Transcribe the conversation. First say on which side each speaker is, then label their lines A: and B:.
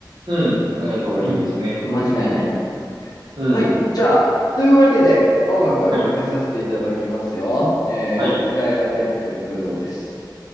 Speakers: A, on the right (about 75°); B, on the left (about 55°).
A: うん。考えた方がいいですね。
B: うん。間違いない。
A: うん。
B: はい。じゃあ、というわけで、音楽かけさせていただきますよ。
A: はい。
B: えー、
A: はい。
B: イライラ帝国で空洞です。